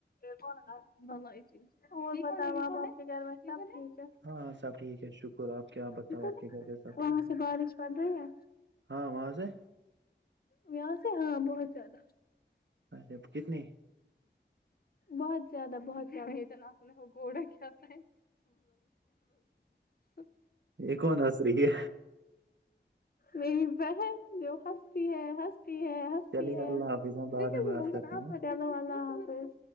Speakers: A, on the left; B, on the right.
A: کون ب یہ چیز تو بتا ہو کے ب سب ٹھیک ہے
B: ہاں سب ٹھیک ہے شکر آپ کیا بتاؤ
A: ہے
B: آپ کے گھر پہ سب
A: وہاں
B: ٹھیک ہے
A: سے بارش پڑ رہی ہے
B: ہاں واں سے ہے
A: ویا سے ہاں بہت زیادہ
B: اچھا کتنی
A: بہت زیادہ بہت زیا ن س ہو گوڑا کیا ہے <inaudible>
B: یہ کون ح س رہ یہ
A: میری بہن جو ہستی ہے ہنستی ہے ہنستتی
B: چلیے
A: ہے
B: اللہ حافظ ہم بعد
A: کیا
B: میں
A: ل
B: بات کرتے
A: آپ
B: ہیں
A: چلو والا حافس